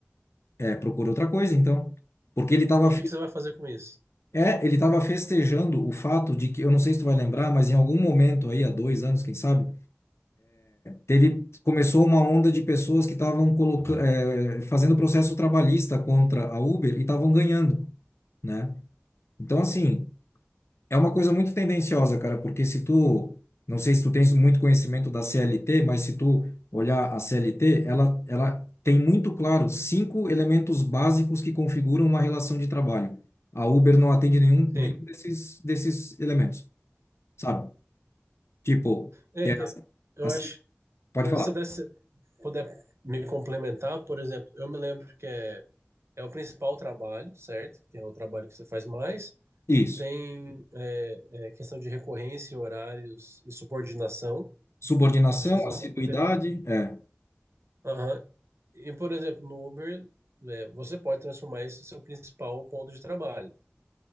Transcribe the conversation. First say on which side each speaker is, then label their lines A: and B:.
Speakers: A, on the left (about 80°); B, on the right (about 80°).
A: é, procura outra coisa então. Porque ele estava
B: E o que que você vai fazer com isso?
A: é, ele estava festejando o fato de que, eu não sei se tu vai lembrar, mas em algum momento aí, há dois anos, quem sabe, Teve, começou uma onda de pessoas que estavam colocando, é, fazendo processo trabalhista contra a Uber e estavam ganhando, né? Então, assim, é uma coisa muito tendenciosa, cara, porque se tu, não sei se tu tens muito conhecimento da CLT, mas se tu olhar a CLT, ela, ela tem muito claro cinco elementos básicos que configuram uma relação de trabalho. A Uber não atende nenhum,
B: Sim.
A: nenhum desses, desses elementos, sabe? Tipo,
B: É,
A: que é, assim,
B: é, eu
A: assim,
B: acho.
A: pode
B: né,
A: falar.
B: Se puder me complementar, por exemplo, eu me lembro que é, é o principal trabalho, certo? Que é o trabalho que você faz mais.
A: Isso.
B: Tem é, é, questão de recorrência, horários e subordinação.
A: Subordinação,
B: Acho que essa
A: assiduidade,
B: é uma- botei du-
A: é.
B: Aham. E, por exemplo, no Uber, né, você pode transformar isso no seu principal ponto de trabalho,